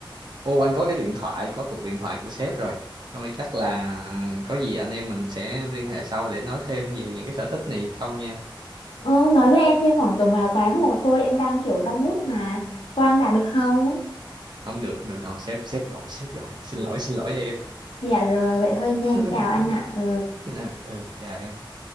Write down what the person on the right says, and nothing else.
ô anh có cái điện thoại có cuộc điện thoại của sếp rồi thôi chắc là có gì anh em mình sẽ liên hệ sau để nói thêm về những cái sở thích này sau nha
không được không được đâu sếp sếp gọi sếp gọi xin lỗi xin lỗi em
<laughs>
ok
ừ, ừ, chào em